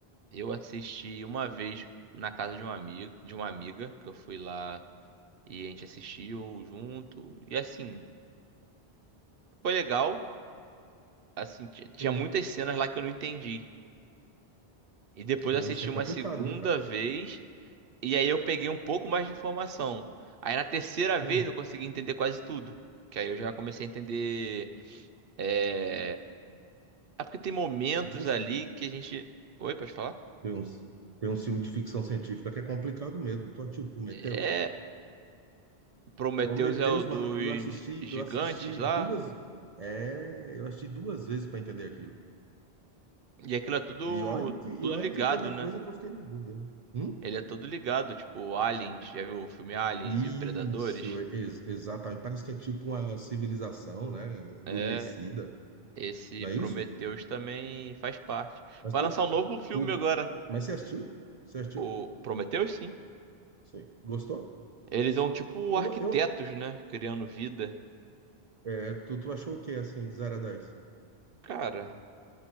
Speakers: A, on the right; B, on the right.
A: Eu assisti uma vez na casa de um amigo, de uma amiga, que eu fui lá E a gente assistiu junto. E assim, foi legal. Assim, ti- tinha
B: Hum.
A: muitas cenas lá que eu não entendi. E depois
B: Tem
A: eu assisti
B: uns que é complicado,
A: uma segunda
B: viu, cara?
A: vez. E aí eu peguei um pouco mais de informação. Aí na terceira
B: Hum.
A: vez eu consegui entender quase tudo. Que aí eu já comecei a entender. É, é porque tem momentos
B: Zus.
A: ali que a gente. Oi, pode falar?
B: Tem uns, tem um filme de ficção científica que é complicado mesmo. Tu assistiu Prometheus?
A: É. Prometheus
B: Prometheus,
A: é o dos
B: mano, eu assisti,
A: gigantes
B: eu assisti
A: lá.
B: duas, é, eu assisti duas vezes pra entender aquilo.
A: E aquilo é tudo,
B: E olha que, e
A: tudo
B: olha
A: ligado,
B: que teve
A: né?
B: coisa que eu fiquei na dúvida, hein? Hum?
A: Ele é todo ligado, tipo, Aliens, já viu o filme Aliens
B: Isso,
A: e Predadores?
B: ex- exatamente. Parece que é tipo uma civilização, né? Adormecida,
A: É, esse
B: não
A: Prometheus
B: é isso?
A: também faz parte.
B: Mas
A: Vai
B: tu,
A: lançar um novo filme
B: tu, tu-
A: agora,
B: mas você assistiu? Você assistiu?
A: o Prometheus, sim.
B: Sim. Gostou?
A: Eles são tipo
B: Eu,
A: arquitetos,
B: eu,
A: né? Criando vida.
B: É, tu, tu achou o que, assim, de 0 a dez
A: Cara,